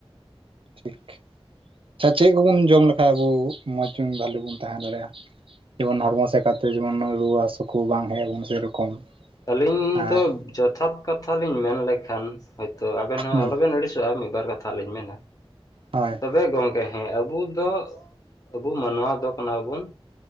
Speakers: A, on the right; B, on the left.
A: ᱴᱷᱤᱠ᱾ ᱟᱪᱪᱷᱟ ᱪᱮᱫ ᱠᱚᱵᱚᱱ ᱡᱚᱢ ᱞᱮᱠᱷᱟᱡ ᱟᱵᱚ ᱢᱚᱸᱡᱽ ᱵᱷᱟᱞᱤ ᱵᱚᱱ ᱛᱟᱦᱮᱸ ᱫᱟᱲᱮᱜ-ᱟ᱾ ᱡᱮᱢᱚᱱ ᱦᱚᱲᱢᱚ ᱥᱮᱠᱟᱛᱮ ᱡᱮᱢᱚᱱ ᱱᱩᱭ ᱨᱩᱣᱟᱹ ᱦᱟᱹᱥᱩ ᱠᱚ ᱵᱟᱝ ᱦᱮᱡ ᱟᱵᱚᱱ ᱥᱮᱨᱚᱠᱚᱢ᱾
B: ᱟᱹᱞᱤᱧ
A: ᱟᱨ
B: ᱫᱚ ᱡᱚᱛᱷᱟᱛ ᱠᱟᱛᱷᱟᱞᱤᱧ ᱢᱮᱱ ᱞᱮᱠᱷᱟᱱ ᱦᱚᱳᱭᱛᱳ ᱟᱵᱮᱱ ᱦᱚᱸ
A: ᱦᱩᱸ
B: ᱟᱞᱚᱵᱮᱱ ᱟᱹᱰᱤᱥ ᱥᱚᱜ-ᱟ ᱢᱤᱫ-ᱵᱟᱨ ᱠᱟᱛᱷᱟ ᱞᱤᱧ ᱢᱮᱱᱟ᱾
A: ᱦᱳᱭ᱾
B: ᱛᱚᱵᱮ ᱜᱚᱢᱠᱮ ᱦᱮᱸ ᱟᱵᱚ ᱫᱚ ᱟᱵᱚ ᱢᱟᱱᱣᱟ ᱫᱚ ᱠᱟᱱᱟ ᱵᱚᱱ